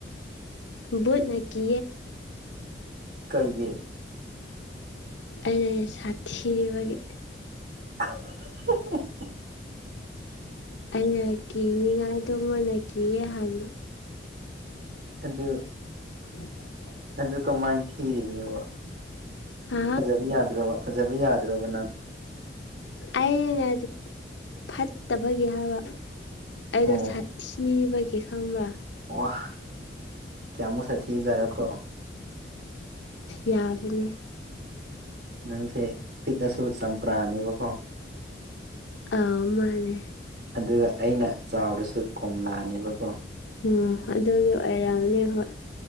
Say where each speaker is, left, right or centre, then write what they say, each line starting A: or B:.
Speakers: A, on the left; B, on the right.
A: ꯅꯕꯨꯣꯠꯅꯀꯤ
B: ꯀꯩꯒꯤ
A: ꯑꯩꯅ ꯁꯥꯊꯤꯕꯒꯤ
B: <unintelligible>
A: ꯑꯩꯅ ꯀꯤꯅꯤꯡꯉꯥꯏꯗꯣ ꯃꯣꯏꯅ ꯀꯤꯌꯦ ꯍꯥꯟꯅ
B: ꯑꯗꯨ
A: ꯎꯝ
B: ꯑꯗꯨ ꯀꯃꯥꯏꯟ ꯊꯤꯔꯤꯕꯥꯅꯣꯕꯥ
A: ꯍꯥ
B: ꯐꯖꯕ ꯌꯥꯗ꯭ꯔꯕ ꯐꯖꯕ ꯌꯥꯗ꯭ꯔꯕ ꯅꯪ
A: ꯑꯩꯅ ꯐꯠꯇꯕꯒꯤ ꯍꯥꯏꯕ ꯑꯩꯗꯣ
B: ꯑꯣ
A: ꯁꯥꯊꯤꯕꯥꯒꯤ ꯈꯪꯕ꯭ꯔꯥ
B: ꯋꯥꯍ ꯀꯌꯥꯃꯨꯛ ꯁꯥꯊꯤꯕꯖꯥꯔꯥ ꯀꯣ
A: <inaudible> ꯌꯥꯗꯅꯦ
B: ꯅꯪꯁꯦ ꯄꯤꯛꯑꯁꯨ ꯆꯝꯄ꯭ꯔꯥꯅꯦꯕꯀꯣ
A: ꯑꯧ ꯃꯥꯅꯦ
B: ꯑꯗꯨꯒ ꯑꯩꯅ ꯆꯥꯎꯔꯁꯨ ꯀꯣꯝꯂꯥꯅꯦꯕꯀꯣ
A: ꯎꯝ ꯑꯗꯨꯒꯤ ꯑꯣꯏꯔꯝꯅꯦ ꯍꯣꯏ